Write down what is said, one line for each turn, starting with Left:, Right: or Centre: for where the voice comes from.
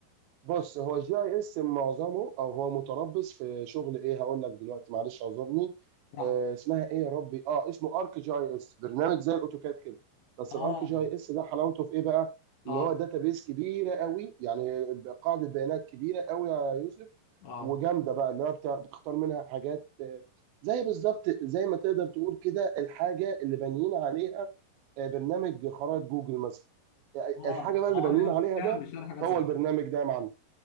Right: بص هو الجي اي اس معظمه او هو متربص في شغل ايه هقول لك دلوقتي معلش اعذرني
Left: صح
Right: آه اسمها ايه يا ربي اه اسمه ارك جي اي اس برنامج زي الاوتوكاد كده بس
Left: اه
Right: الارك جي اي اس ده حلاوته في ايه بقى
Left: اه
Right: ان هو داتابيس كبيره قوي يعني قاعده بيانات كبيره قوي يا يوسف
Left: اه
Right: وجامده بقى اللي هو بتاع- بتختار منها حاجات آه، زي بالظبط زي ما تقدر تقول كده الحاجه اللي بانيين عليها آه، برنامج خرائط جوجل مثلا آه،
Left: اه
Right: الحاجه بقى اللي
Left: هو
Right: بانيين عليها
Left: فعلا
Right: ده
Left: بيشتغل حاجات
Right: هو
Left: زي
Right: البرنامج
Left: كده
Right: ده يا معلم